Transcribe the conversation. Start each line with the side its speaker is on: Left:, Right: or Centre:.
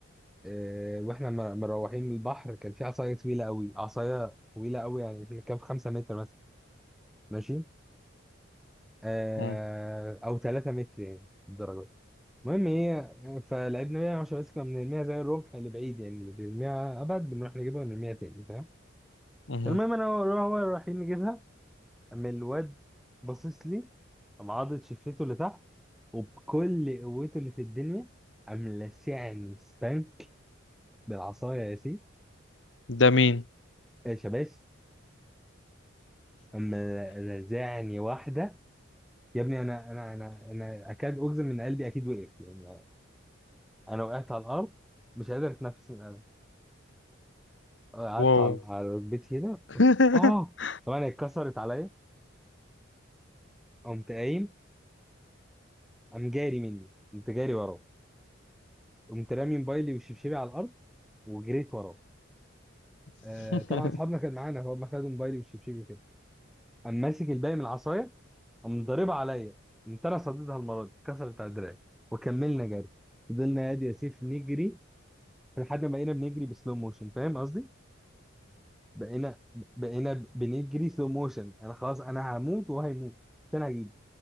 Centre: اه واحنا م- مروحين من البحر كان في عصايه طويله قوي عصايه طويله قوي يعني يمكن كان في 5 متر مثلا ماشي اه
Left: مم.
Centre: او 3 متر يعني مش الدرجه المهم ايه فلعبنا 110 بس كنا بنرميها زي الرمح اللي بعيد يعني اللي بيرميها ابعد بنروح نجيبها ونرميها تاني فاهم
Left: مم.
Centre: المهم انا هو هو رايحين نجيبها اما الواد باصص لي قام عاضد شفته لتحت وبكل قوته اللي في الدنيا قام لسعني ستانك بالعصايه يا سيف
Left: ده مين
Centre: شباش قام رزعني واحده يا ابني انا انا انا انا اكاد اجزم ان قلبي اكيد وقف يعني انا وقعت على الارض مش قادر اتنفس من الالم.
Left: <laughs>
Centre: قعدت
Left: واو
Centre: على على البيت هنا
Left: <laughs>
Centre: اه طبعا اتكسرت عليا قمت قايم قام جاري مني قمت جاري وراه قمت رامي موبايلي وشبشبي على الارض وجريت وراه آه
Left: <applause>
Centre: طبعا اصحابنا كان معانا هو ما خدوا موبايلي وشبشبي كده قام ماسك الباقي من العصايه قام ضاربها عليا قمت انا صديتها المره دي اتكسرت على دراعي وكملنا جري فضلنا يا سيف نجري لحد ما بقينا بنجري بسلو موشن فاهم قصدي؟ بقينا بقينا بنجري سلو موشن انا خلاص انا هموت وهيموت قلت انا هجيبه